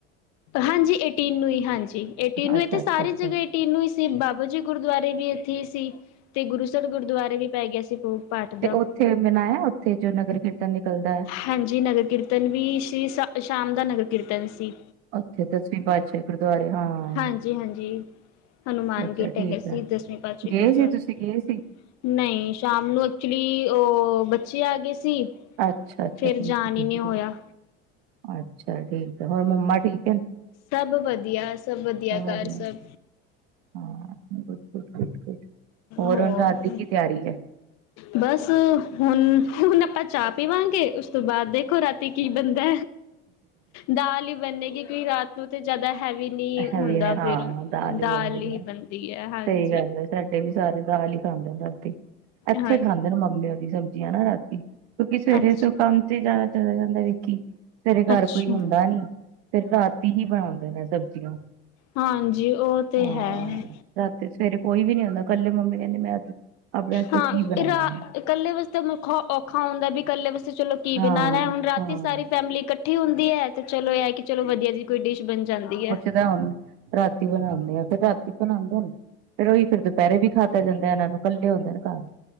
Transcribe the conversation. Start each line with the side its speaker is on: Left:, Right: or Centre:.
Left: ਹਾਂਜੀ ਏਟੀਨ ਨੂੰ ਹੀ ਹਾਂਜੀ ਏਟੀਨ ਨੂੰ
Right: ਅੱਛਾ
Left: ਇਥੇ ਸਾਰੇ
Right: ਅੱਛਾ ਅੱਛਾ
Left: ਜਗ੍ਹਾ। ਏਟੀਨੂੰ ਹੀ ਸੀ ਬਾਬਾ ਜੀ ਗੁਰਦੁਆਰੇ ਵੀ ਇੱਥੇ ਹੀ ਸੀ ਤੇ ਗੁਰੂਸਰ ਗੁਰਦੁਆਰੇ ਵੀ ਪੈ ਗਿਆ ਸੀ ਭੋਗ। ਪਾਠ
Right: ਤੇ
Left: ਦਾ
Right: ਉੱਥੇ ਮਨਾਇਆ ਉੱਥੇ ਜੋ ਨਗਰ ਕੀਰਤਨ ਨਿਕਲਦਾ ਹੈ।
Left: ਹਾਂਜੀ ਨਗਰ ਕੀਰਤਨ ਵੀ ਸ਼੍ਰੀ ਸ ਸ਼ਾਮ ਦਾ ਨਗਰ ਕੀਰਤਨ ਸੀ।
Right: ਉੱਥੇ ਦਸਵੀਂ ਪਾਤਸ਼ਾਹੀ ਗੁਰਦੁਆਰੇ ਹਾਂ।
Left: ਹਾਂਜੀ
Right: ਅੱਛਾ
Left: ਹਾਂਜੀ ਹਨੂੰਮਾਨ
Right: ਅੱਛਾ
Left: ਗੇਟ
Right: ਠੀਕ
Left: ਹੈਗੇ ਸੀ
Right: ਆ
Left: ਦਸਵੀਂ ਪਾਤਸ਼ਾਹੀ
Right: ਗਏ
Left: ਗੁਰਦੁਆਰੇ
Right: ਸੀ ਤੁਸੀਂ ਗਏ ਸੀ।
Left: ਨਹੀਂ ਸ਼ਾਮ ਨੂੰ ਐਕਚੁਲੀ ਉਹ ਬੱਚੇ ਆ ਗਏ ਸੀ।
Right: ਅੱਛਾ- ਅੱਛਾ
Left: ਫਿਰ
Right: ਠੀਕ
Left: ਜਾਣ
Right: ਐ ਠੀਕ
Left: ਹੀ ਨਹੀਂ ਹੋਇਆ
Right: ਐ ਅੱਛਾ ਠੀਕ। ਤੇ ਹੁਣ ਮੰਮਾ ਠੀਕ ਹੈ
Left: ਸਭ ਵਧੀਆ ਸਭ
Right: ਵਧੀਆ,
Left: ਘਰ ਸਭ
Right: ਹਾਂ ਗੁਡ ਗੁਡ ਗੁਡ ਗੁਡ
Left: ਹੋਰ
Right: ਹੁਣ ਰਾਤ ਦੀ ਕੀ ਤਿਆਰੀ ਹੈ।
Left: ਬਸ ਹੁਣ। ਹੁਣ ਆਪਾਂ ਚਾਹ ਪੀਵਾਂਗੇ ਉਸ ਤੋਂ ਬਾਅਦ ਦੇਖੋ ਰਾਤੀ ਕੀ ਬੰਦਾ ਦਾਲ ਹੀ। ਬਣੇਗੀ ਕਈ ਰਾਤ। ਉਹ ਤੇ ਜਿਆਦਾ ਹੈਵੀ ਨਹੀ
Right: ਹੈਵੀ
Left: ਹੁੰਦਾ
Right: ਨੇ ਹਾਂ
Left: ਫਿਰ ਦਾਲ
Right: ਬਣਦੀ
Left: ਹੀ
Right: ਹੈ।
Left: ਬਣਦੀ ਹੈ ਹਾਂਜੀ।
Right: ਸਹੀ ਗੱਲ ਹੈ ਸਾਡੇ ਵੀ ਸਰੇ ਦਾਲ ਹੀਈ ਖਾਂਦੇ ਰਾਤੀ ਇੱਥੇ
Left: ਹਾਂ
Right: ਖਾਂਦੇ ਨੇ ਮੰਮੀ ਓ ਰੀ ਸਬਜ਼ੀਆਂ ਨਾ ਰਾਤੀ। ਕਿਉਂਕਿ ਸਵੇਰੇ
Left: ਅੱਛਾ
Right: ਸ ਕੰਮ ਤੇ ਜ਼ਿਆਦਾ ਚਲਾ ਜਾਂਦਾ ਵਿਕੀ ਸਵੇਰੇ ਘਰ
Left: ਅੱਛਾ
Right: ਕੋਈ ਹੁੰਦਾ ਨੀ। ਫਿਰ ਰਾਤੀ ਹੀ ਬਣਾਉਂਦੇ ਨੇ ਸਬਜ਼ੀਆਂ।
Left: ਹਾਂਜੀ ਉਹ ਤੇ
Right: ਹਾਂ
Left: ਹੈ।
Right: ਰਾਤੀ ਸਵੇਰੇ ਕੋਈ ਵੀ ਨੀ ਆਉਂਦਾ ਕੱਲੀ ਮੰਮੀ ਕਹਿੰਦੀ ਮੈਂ ਆਪਣੇ ਵਸਤੇ
Left: ਹਾਂ
Right: ਕੀ ਬਣਾਉਣਾ
Left: ਰਾ
Right: ਏ
Left: ਇਕੱਲੇ ਵਾਸਤੇ ਮੁੱਖਾ ਔਖਾ ਹੁੰਦਾ ਵੀ ਇਕੱਲੇ ਵਾਸਤੇ ਚਲੋ ਕੀ
Right: ਹਾਂ
Left: ਬਣਾਣਾ ਹੁਣ ਰਾਤੀ
Right: ਹਾਂ
Left: ਸਾਰੀ। ਫੈਮਲੀ ਇਕੱਠੀ ਹੁੰਦੀ ਹੈ ਤੇ ਚਲੋ ਇਹ ਹੈ ਕਿ ਚਲੋ ਵਧੀਆ ਜਿਹੀ ਕੋਈ ਡਿਸ਼ ਬਣ ਜਾਂਦੀ ਹੈ।
Right: ਉਹਨ ਰਾਤੀ ਬਣਾਉਂਦੇ ਆ ਫਿਰ ਰਾਤੀ ਬਣਾਉਂਦੇ। ਫਿਰ ਉਹੀ ਫਿਰ ਦੁਪਹਿਰੇ ਵੀ ਖਾਤਾ ਜਾਂਦਾ ਇਹ ਨੂੰ ਇਕੱਲੇ ਹੁੰਦੇ ਨੇ ਘਰ।